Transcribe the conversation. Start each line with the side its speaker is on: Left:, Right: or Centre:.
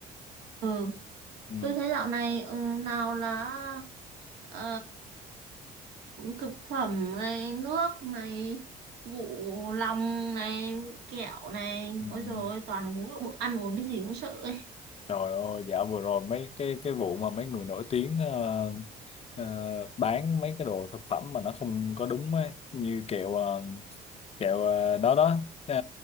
Right: Ừ,
Left: ừ.
Right: tôi thấy dạo này ừ, nào là ờ, thực phẩm này, nước này, vụ lòng này, vụ kẹo này.
Left: Ừ. ừ.
Right: Ôi dồi ôi, toàn uống bộ ăn uống cái gì cũng sợ ấy.
Left: Trời ơi, dạo vừa rồi mấy cái cái vụ mà mấy người nổi tiếng ờ, ờ, bán mấy cái đồ thực phẩm mà nó không có đúng ấy, như kẹo ờ, kẹo ờ, đó đó ờ,